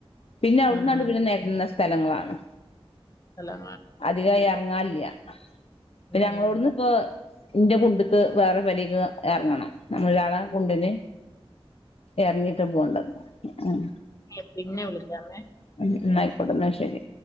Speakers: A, on the left; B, on the left.
A: പിന്നെ അവ്ട്ന്നാണ്ട്
B: ഉം ഉം
A: പിന്നെ നെര്ന്ന സ്ഥലങ്ങളാണ്.
B: നല്ലോ
A: അധികായി എർങ്ങാല്ല്യ. ഇപ്പ
B: ഉം
A: ഞങ്ങളോട്ന്ന്
B: ഉം
A: പ്പൊ ന്റെ കുണ്ട്ക്ക് വേറെ പെരേക്ക് എർങ്ങണം. നമ്മള് ഒരാളെ കുണ്ട്ന് എർങ്ങിയിട്ട് പോണ്ടത്. ഏഹ്
B: ഏഹ് പിന്നെ വിളിക്കാമെ
A: ഉം നായിക്കൊട്ടെ ന്നാ ശരി